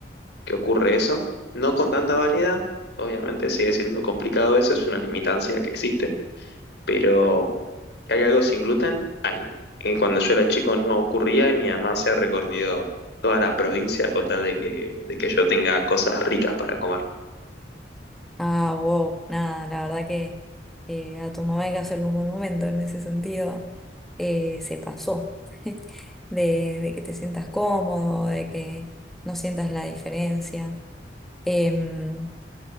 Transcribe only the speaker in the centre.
Ah, wow, nada, la verdad que eh, a tu mamá hay que hacerle un monumento en ese sentido. eh, se pasó <laughs> de, de que te sientas cómodo, de que no sientas la diferencia. Em,